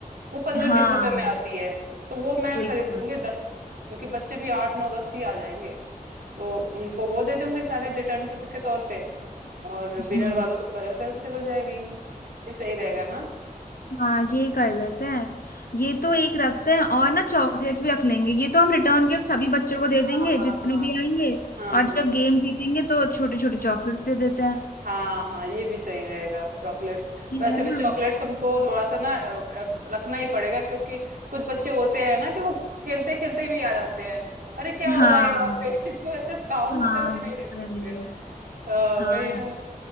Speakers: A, on the right; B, on the left.
A: वो पंद्रह
B: हाँ
A: बीस रुपए में आती है तो वो मैं
B: बिल्कुल
A: खरीद लूंगी दस क्योंकि बच्चे भी आठ नौ दस ही आ जाएंगे तो उनको वो दे दूंगी सारे रिटर्न गिफ्ट के तौर पे और विनर
B: हम्म
A: वालों को कलर पेंसिल हो जाएगी ये सही रहेगा ना
B: हाँ ये कर लेते हैं ये तो एक रखते हैं और ना चॉकलेट्स भी रख लेंगे ये तो हम रिटर्न गिफ्ट सभी बच्चों को दे
A: हाँ
B: देंगे
A: हाँ
B: जितने
A: हाँ
B: भी
A: तो
B: आएंगे
A: हाँ
B: और
A: हाँ
B: जब गेम जीतेंगे तो छोटे छोटे चॉकलेट्स दे देते हैं
A: हाँ हाँ ये भी सही रहेगा चॉकलेट्स
B: ठीक
A: वैसे
B: है
A: भी
B: ना
A: चॉकलेट्स हमको थोड़ा सा ना अ, अ, रखना ही पड़ेगा क्योंकि कुछ बच्चे होते हैं ना कि वो खेलते खेलते भी आ जाते हैं अरे क्या हो
B: हाँ
A: रहा है यहाँ पे <laughs> तो ऐसे काउंट
B: हाँ
A: करके नहीं रख
B: वही।
A: सकते अ,
B: हाँ
A: वही
B: यार
A: ना